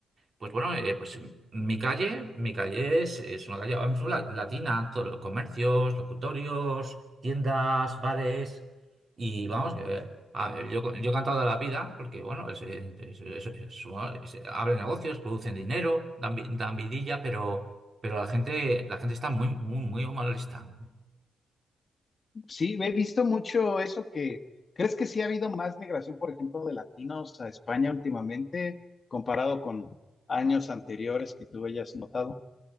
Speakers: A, on the right (about 40°); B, on the left (about 40°).
A: Pues bueno, eh, pues mi calle, mi calle es, es una calle ahora mismo la- latina, todos los comercios, locutorios, tiendas, bares, y vamos, que, a ver, yo, yo he cantado toda la vida, porque bueno, es, es- es- es- es- bueno, es- abren negocios, producen dinero, dan, vi- dan vidilla, pero, pero la gente, la gente está muy, muy, muy malista.
B: Sí, he visto mucho eso que, ¿crees que sí ha habido más migración, por ejemplo, de latinos a España últimamente, comparado con años anteriores que tú hayas notado?